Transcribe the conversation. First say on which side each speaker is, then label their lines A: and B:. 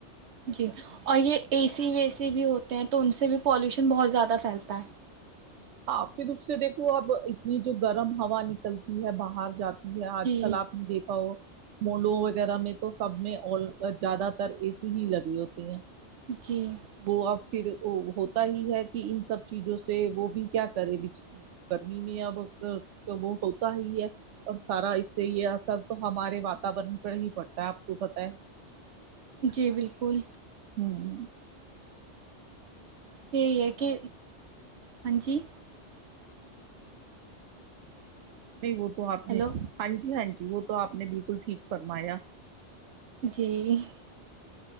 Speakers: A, on the right; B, on the right.
A: جی اور یہ اے سی وی سی بھی ہوتے ہیں تو ان سے بھی پالوشن بہت زیادہ پھیلتا ہے
B: ہاں پھر اس سے دیکھو اب اتنی جو گرم ہوا نکلتی ہے باہر جات آج
A: جی
B: کل آپ نے دیکھا ہو مڈو وغیرہ میں تو سب میں زیادہ تر اے سی ہی لگی ہوتی ہیں
A: جی
B: وہ اب پھر ہوتا ہی ہے کہ ان سب چیزوں سے وہ بھی کیا کرے گرمی میں اب وہ ہوتا ہی ہے اور سارا اس سے یہ اثر تو ہمارے واتورن پر ہی پڑتا ہے ک فت ہے
A: جی بالکل
B: ہوں
A: یہ ہے کہ ہاں جی
B: نہیں وہ تو آپ
A: ہیلو
B: نے ہاں جی ہاں جی وہ تو آپ نے بالکل الکل ٹھیک فرمایا
A: جی